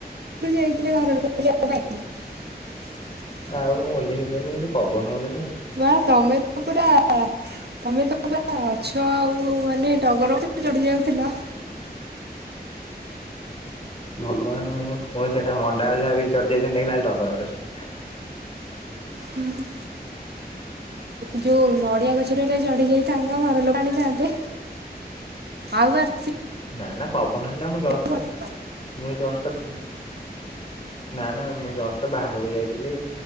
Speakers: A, on the right; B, on the left.
A: ଏଇ ଥିରେ <unintelligible>
B: ଆଉ ଓହ୍ଲେଇ ବେନି ପବନ ହଉ
A: ବା ତମେ ତ ପୁରା ତମେ ତ ଗଛ ଆଉ ମାନେ ଟଗର ଗଛ ଚଢି ଯାଉଥିଲ।
B: ଭଗବାନ ସେଇଟା ମଣ୍ଡା ଗଛ ଭାବିକି ଚଢି ଯାଇଥାଆନ୍ତି ଦେଖିଲା ଟଗର ଗଛ।
A: ହୁଁ। ଯୋଉ ନଡିଆ ଗଛରେ ହେଲେ ଚଢି ଯାଇଥାଅନ୍ତ ଘର ଲୋକ ଆଣିଥାନ୍ତେ। ଆଉ ବାସ
B: ନା ନା ପବନ ହେଲେ ମୁଁ ଯଷ୍ଟ
A: ଫଟୋ
B: ମୁଁ ଯଷ୍ଟ ନା ନା ମୁଁ ଜଷ୍ଟ ବାହାରକୁ ଯାଇଥିଲି।